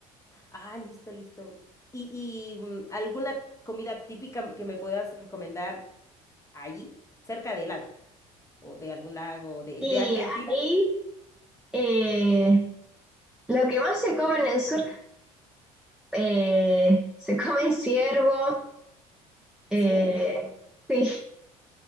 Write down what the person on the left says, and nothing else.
Ah, listo, listo. ¿Y, y mm, alguna comida típica que me puedas recomendar ahí, cerca del lago o de algún lago de,
de Argentina?
Ciervo.